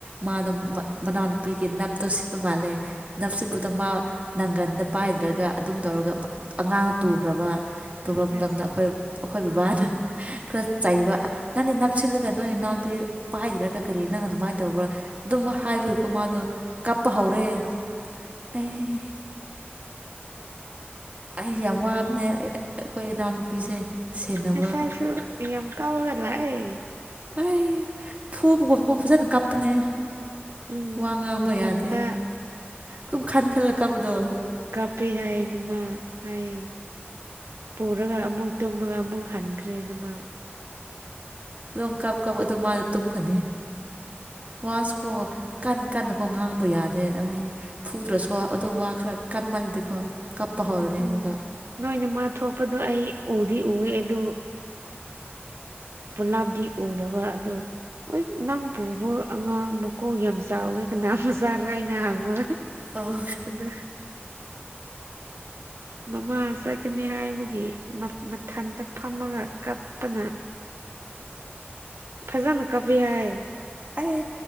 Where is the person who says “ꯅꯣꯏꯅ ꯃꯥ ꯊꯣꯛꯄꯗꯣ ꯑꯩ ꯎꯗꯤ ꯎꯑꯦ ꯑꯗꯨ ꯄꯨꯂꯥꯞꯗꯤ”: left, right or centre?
Right